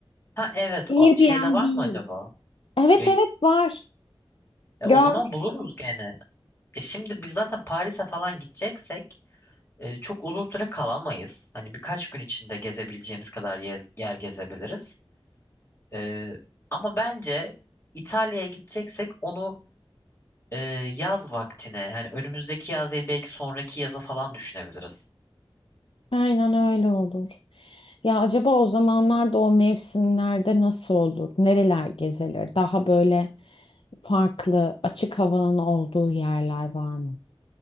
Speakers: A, on the left; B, on the left.
A: Ha evet
B: Airbnb
A: o şeyde var
B: ile.
A: mı acaba?
B: Evet
A: Ya,
B: evet var.
A: e,
B: Görmüş.
A: o zaman buluruz gene. E şimdi biz zaten Paris'e falan gideceksek e, çok uzun süre kalamayız. Hani birkaç gün içinde gezebileceğimiz kadar ye- yer gezebiliriz. Ee, ama bence İtalya'ya gideceksek onu e, yaz vaktine yani önümüzdeki yaz değil belki sonraki yaza falan düşünebiliriz.
B: Aynen öyle olur. Ya acaba o zamanlarda o mevsimlerde nasıl olur? Nereler gezilir? Daha böyle farklı açık havanın olduğu yerler var mı?